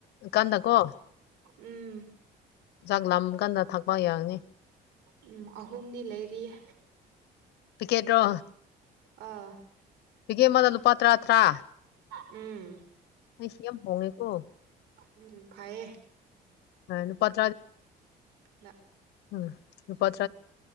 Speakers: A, on the left (about 75°); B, on the right (about 85°).
A: ꯀꯥꯟꯗꯀꯣ
B: ꯎꯝ
A: ꯆꯥꯛ ꯂꯝꯕ ꯀꯥꯟꯗ ꯊꯛꯄ ꯌꯥꯒꯅꯤ
B: ꯎꯝ ꯑꯍꯨꯝꯗꯤ ꯂꯩꯔꯤꯌꯦ
A: ꯄꯤꯀꯦꯠꯔꯣ
B: ꯑꯥ
A: ꯇꯤꯀꯦꯠ ꯑꯃꯗꯥ ꯂꯨꯄꯥ ꯇꯔꯥ ꯇꯔꯥ
B: ꯎꯝ
A: ꯑꯩꯁ ꯌꯥꯝ ꯍꯣꯡꯉꯦꯀꯣ
B: ꯎꯝ ꯐꯥꯏꯌꯦ
A: <unintelligible>
B: <unintelligible>
A: ꯎꯝ ꯂꯨꯄꯥ